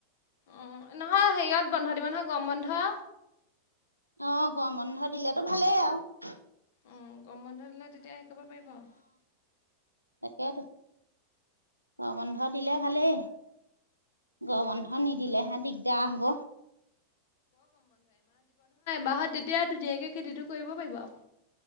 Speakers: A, on the left; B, on the right.
A: উম নহয় হেৰিয়ত বন্ধ দিব নহয় গৰম বন্ধ
B: অ গৰম বন্ধ দিলেতো ভালেই আৰু
A: উ গৰম বন্ধ দিলে তেতিয়া হেৰি কৰিব পাৰিব অ
B: তাকেইতো গৰম বন্ধ দিলে ভালেই গৰম বন্ধ নিদিলেহে দিগদাৰ হব।
A: বাহত তেতিয়া ধুনীয়াকে খেতিটো কৰিব পাৰিব আৰু